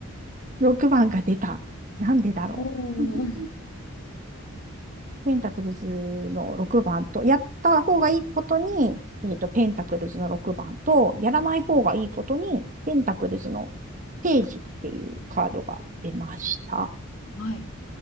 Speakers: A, on the right; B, on the left.
A: 6番が出た。なんでだろう。
B: おー <laughs>
A: ペンタクルズの6番と、やった方がいいことに、えっと、ペンタクルズの6番と、やらない方がいいことに、ペンタクルズのページっていうカードが出ました。
B: はい、